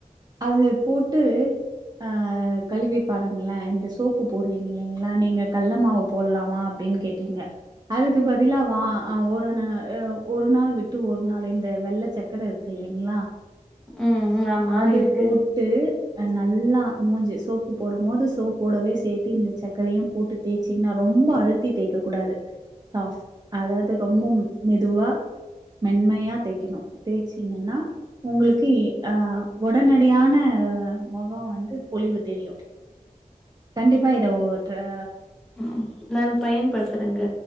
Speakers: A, on the right; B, in the centre.
A: அது போட்டு ஆ கழுவி பாருங்ளே இந்த சோப்பு போடுவீங்க இல்லைங்ளா நீங்க கட்ல மாவு போட்லாமா அப்டின் கேட் டீங்க அதுக்கு பதிலா வா அ ஒரு நா எவ் ஒரு நாள் விட்டு ஒரு நாள் இந்த வெள்ளச் சக்கர இருக் க்கு இல்லைங்ளா
B: ம் ம், ஆமா
A: அத
B: இருக்கு
A: போட்டு அ நல்லா மூஞ்சிய சோப்பு போடும் போது சோப்போடவே சேத்து இந்த சக்கரையும் போட்டு தேச்சீங்னா ரொம்ப அழுத்தி தேக்க கூடாது சாஸ் அதாவது ரொம்ப ம் மெதுவா மென்மையா தேய்க்கணு தேச்சிங்கன்னா உங்களுக்கு அ உடனடியான அ மொகோ வந்து பொலிவு தெரியு கண்டிப்பா இத ஒ அ
B: ம் நான் பயன்படுத்துறங்க